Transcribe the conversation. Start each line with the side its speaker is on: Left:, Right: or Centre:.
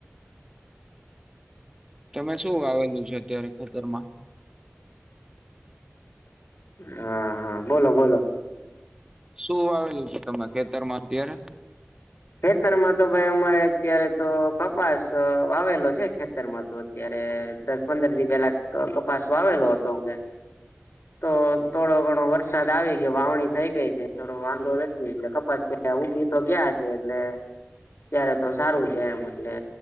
Right: તમે શું આવેલું છે અત્યારે ખાતરમાં
Left: હા હા બોલો બોલો
Right: શું વાવેલું છે તમાર ખેતરમાં અત્યારે.
Left: ખેતરમાં તો ભાઈ અમારે અત્યારે તો કપાસ વાવેલો છે ખેતર માં તો ત્યારે દસ પંદર દી પેલા ક કપાસ વાવેલો હતો મે. તો થોડો ઘણો વરસાદ આવી ગ્યો વાવણી થઈ ગઈ છે થોડો વાંધો નથી એટલે કપાસ્યા યા ઉપની તો ગ્યા છે એટલે ત્યારે તો સારું છે એમ એટલે